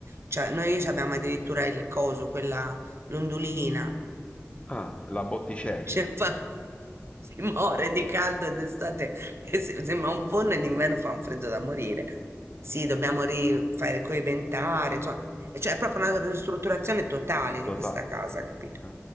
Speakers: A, on the right; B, on the left.
A: cioè, noi ci abbiamo addirittura il coso, quella l'ondulina.
B: Ah, la botticella,
A: Cioè, fa- si muore di caldo d'estate, che se- sembra un forno e d'inverno fa un freddo da morire. Sì, dobbiamo rifare coibentare, insomma, e cioè è proprio una ristrutturazione totale di
B: totale.
A: questa casa,
B: eh.
A: capito?